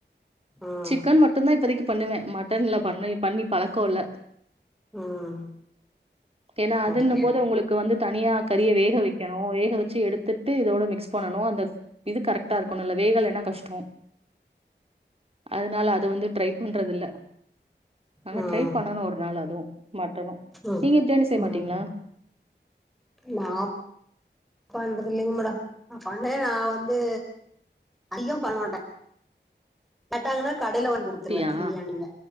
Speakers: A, in the centre; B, on the right.
A: ம்
B: சிக்கன் மட்டுந்தா இப்பத்திக்கு பண்ணுவே மட்டன்ல பண்ண பண்ணி பழக்கோ இல்ல
A: ம்
B: ஏனா அதுன்னும்
A: ஓகே
B: போது உங்குளுக்கு வந்து தனியா கறிய வேக வைக்கணு வேக வச்சி எடுத்துட்டு இதோட மிக்ஸ் பண்ணனு அந்த இது கரெக்ட்டா இருக்கணுல வேகலன்னா கஷ்ட்டோ அதனால அது வந்து ட்ரை பண்றது இல்ல ஆனா
A: ம்
B: ட்ரை பண்ணனு ஒரு நாள் அதுவு மட்டனு
A: ம்
B: நீங்க பிரியாணி செய்ய
A: ம்
B: மாட்டீங்களா
A: நா பண்றது இல்லைங்க மேடம் நா பண்ண நா வந்து அதிகோ பண்ண மாட்டே கட்டாங்கன்னா கடைல வாங்கி குடுத்துருவே
B: ட்டியா
A: பிரியாணிய